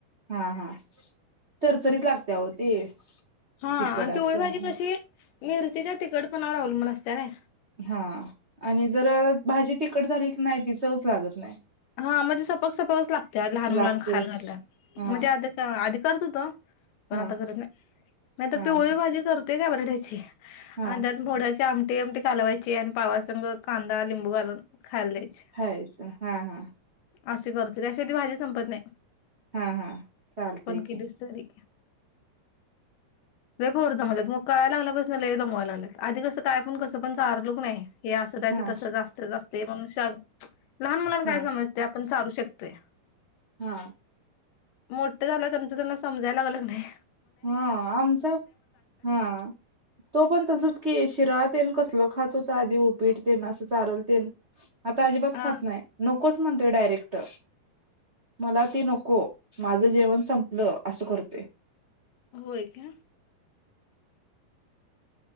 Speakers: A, on the right; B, on the left.
A: हा-हा चरचरीत लागते आओ ती.
B: हा
A: तिखट
B: आणि
A: असं
B: पिवळी भाजी कशी मिरचीच्या तखिटपणावर अवलंबून असत्या ना.
A: हा आणि जर भाजी तिकट झाली की नाही तिचं चवचं लागत नाही.
B: हा मणजे सपक सपकच लागते लहान मुलां
A: लागते
B: खायला घातल्या
A: हा
B: म्हणजे आधी अधी करत होतो. पण
A: हा
B: आत्ता करत नाही. नाही तर
A: हा
B: पिवळी
A: हा
B: भाजी करतोय का बटाट्याची
A: हा
B: आणि त्या मोड्याची आम- ती आमटी कालावाची आणि पावासंग कांदा लिंबू घालून- खायला द्यायची
A: खायचं हा.. हा..
B: अशी करते. त्याशिवाय ती भाजी संपत नाही.
A: हाहा चालतय
B: केलीस
A: की
B: तरी लय पोर दमवतेत.. मग कळाय लागल्या पासून लय दमवायला लागेलेत, आधी पण कसं काय पण चारलू की नायं. हे असचं आहे.
A: हा
B: ते तसंचं असतंय, म्हणून श. लहान मुलांना
A: हा
B: कायं समजतयं. पण चारू शकतोय.
A: हा.
B: मोठ झालं त्यांचं त्यांना समजायला लागल की नाय.
A: हा आमचा.. हा तो पण तसच की... शिरा ते कसलं च.. - खात होत. आधी उपीट अस चारेल टिन आता अजिबात
B: हा
A: खात नाही. नकोच म्हणतोय डायरेक्ट. मला ती नको. माझं जेवण संपलं असं करतोयं.
B: होय का